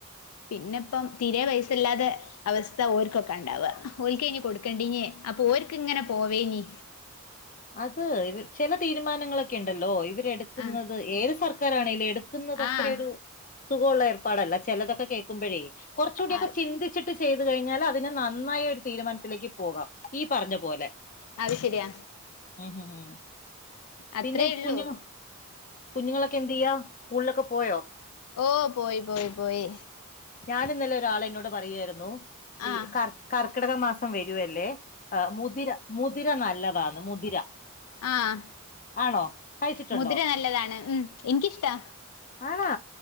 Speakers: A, on the left (about 85°); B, on the left (about 35°).
A: പിന്നെപ്പം തീരെ പെയ്സല്ലാതെ അവസ്ഥ ഓർക്കൊക്കെ ഉണ്ടാവ ഒൽക്കെയ്നി കൊടുക്കണ്ടിനെയ് അപ്പൊ ഓര്ക്ക് ഇങ്ങനെ പോവേനി
B: അത് ഇവ ച്ചെല തീരുമാനങ്ങളൊക്കെ ണ്ടല്ലോ ഇവരെടു ക്ക്ന്നത്
A: ആഹ്
B: ഏത് സർക്കാറാണേലും എടുക്കുന്നത് അത്രൊരു
A: ആഹ്
B: സുഖവുള്ള ഏർപ്പാടല്ല ച്ചെലതൊക്കെ കേൾക്കുമ്പോഴേ കൊർച്ചുടിയൊക്കെ
A: അത്
B: ചിന്തിച്ചിട്ട് ചെയ്ത് കഴിഞ്ഞാൽ അതിന് നന്നായി ഒരു തീരുമാനത്തിലേക്ക് പോകാം ഈ പറഞ്ഞ പോലെ
A: അത് ശരിയാ
B: ഉം ഹും ഹും
A: അത്രേ
B: പിന്നെ
A: ഇള്ളൂ
B: കുഞ്ഞുങ്ങ കുഞ്ഞുങ്ങളൊക്കെ എന്ത് ചെയ്യാ സ്കൂളിലൊക്കെ പോയോ
A: ഓ പോയി പോയി പോയി
B: ഞാനി ഇന്നലെ ഒരാളെന്നോട് പറയുായിരുന്നു ഈ
A: ആഹ്
B: കർ കർക്കിടക മാസം വെരുവല്ലേ ആഹ് മുതിര മുതിര നല്ലതാന്ന് മുതിര
A: ആഹ്
B: ആണോ കഴിച്ചിട്ടുണ്ടോ
A: മുതിര നല്ലതാണ് ഉം എനിക്കിഷ്ടാ
B: ആണാ